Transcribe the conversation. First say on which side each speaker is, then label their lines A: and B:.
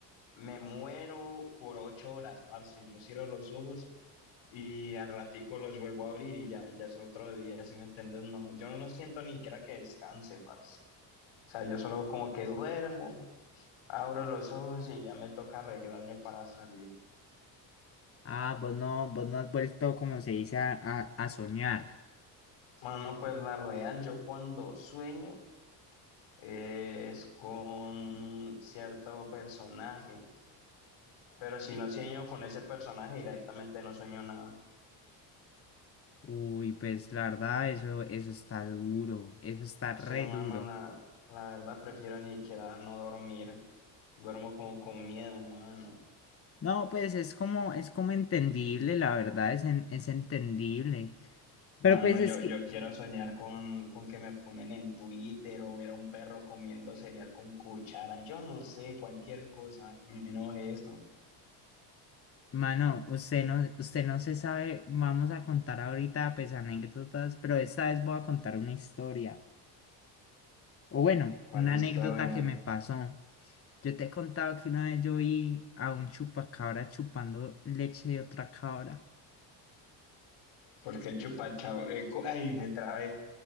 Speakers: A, on the left (about 75°); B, on the left (about 30°).
A: me muero por ocho horas, parce. Yo cierro los ojos y al ratico los vuelvo a abrir y ya, ya es otro día, si me entiendes? No, yo no siento ni siquiera que descanse, parce. O sea, yo solo como que duermo. Abro los ojos y ya me toca arreglarme para salir.
B: Ah, vos no, vos no has vuelto, como se dice, a, a, a soñar.
A: Bueno, pues la real, yo cuando sueño eh, es con cierto personaje, pero si no sueño con ese personaje directamente no sueño nada.
B: Uy, pues la verdad, eso, eso está duro, eso está re
A: Sí, mano,
B: duro.
A: la, la verdad prefiero ni siquiera no dormir. Duermo con, con miedo, mano.
B: No, pues es como, es como entendible, la verdad, es, en- es entendible.
A: Mano,
B: Pero pues es
A: yo,
B: que
A: yo quiero soñar con, con que me ponen en Twitter o ver a un perro comiendo cereal con cuchara. Yo no sé, cualquier cosa, menos eso.
B: Mano, usted no, usted no se sabe, vamos a contar ahorita pues anécdotas, pero esta vez voy a contar una historia. O bueno,
A: ¿Cuál
B: una
A: historia?
B: anécdota que me pasó. Yo te he contado que una vez yo vi a un chupacabra chupando leche de otra cabra.
A: Porque el chupachab- eh, cu- ay, me trabé.